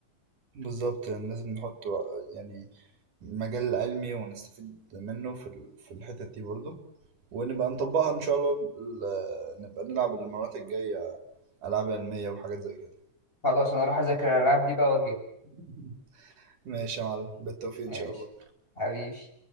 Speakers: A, on the right; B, on the left.
A: بالظبط يعني لازم نحط و- يعني مجال علمي ونستفيد منه في ال- في الحتت دي برضو ونبقى نطبقها ان شاء الله ال- نبقى نلعب المرات الجاية العاب علمية وحاجات زي كده
B: خلاص أنا أروح أذاكر الألعاب دي بقى وأجيب
A: <laughs> ماشي يا معلم بالتوفيق
B: ماشي
A: ان شاء الله
B: حبيبي